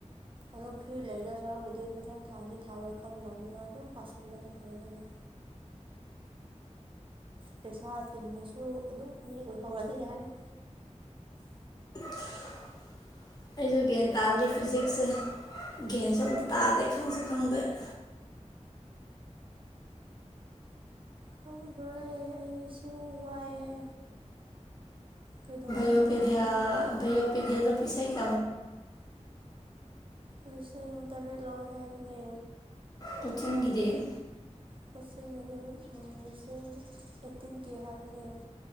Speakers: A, on the right; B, on the left.
A: ꯑꯣꯣ ꯐꯤ ꯂꯩꯗ ꯁ ꯃꯊꯪ ꯊꯥ ꯑꯅꯤ ꯊꯥꯔꯣꯏ ꯈꯪꯗꯕꯅꯤꯅ ꯑꯗꯨꯝ ꯄꯥꯁꯟꯗꯅ ꯐꯩꯗꯅ ꯄꯩꯁꯥ ꯇꯤꯡꯉꯁꯨ ꯑꯗꯨꯝ ꯃꯤ ꯑꯣꯏꯍꯧꯔꯗꯤ ꯌꯥꯔꯦ
B: <inaudible> ꯑꯩꯁꯨ ꯒ꯭ꯌꯥꯟ ꯇꯥꯗꯗꯤ ꯐꯤꯖꯤꯛꯁꯁꯦ ꯒ꯭ꯟꯁꯨ ꯑꯝꯇ ꯇꯥꯗꯦ ꯈꯪꯁꯨ ꯈꯪꯗꯦ <inaudible>
A: ꯈꯪꯗꯣꯔꯦ ꯑꯩꯁꯨ ꯋꯥꯏꯑꯦ ꯀꯩꯗꯧꯗꯣꯏꯅꯣꯁꯨ
B: ꯌꯣꯑꯣꯄꯦꯗꯤꯌꯥ
A: ꯈꯪꯗꯦ
B: ꯌꯑꯣꯄꯦꯗꯤꯌꯥꯗ ꯄꯤꯁꯒꯤ
A: ꯂꯤꯁꯤꯡ ꯇꯔꯦꯠ ꯂꯧꯋꯦ ꯍꯥꯏꯕꯅꯦ
B: ꯀꯆꯤꯡꯒꯗꯔ
A: ꯀꯣꯆꯤꯡꯗꯤ ꯂꯤꯁꯤꯡ ꯑꯩꯠꯇꯤꯟ ꯀꯦ ꯍꯥꯏꯕꯅꯦ